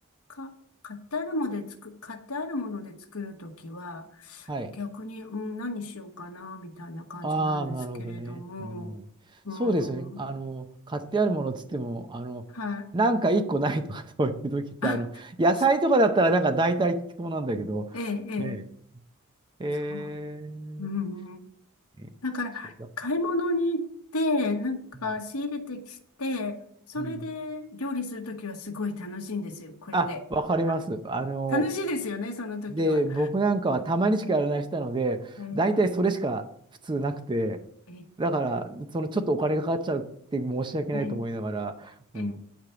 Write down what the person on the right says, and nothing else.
はい。
ああ、なるほどね。うん。
そうですよね。あの、買ってあるものっつっても、あの、
なんか一個ないとか <laughs> そういう時って、
あの、野菜とかだったらなんか大体聞きそうなんだけど、
ねえ。えー、
ねそうだ。
うん。
うん
あ、わかります。
あの、
で、僕なんかはたまにしかやらない人なので、
大体それしか普通なくて、
だから、そのちょっとお金がかかっちゃうって申し訳ないと思いながら、
うん、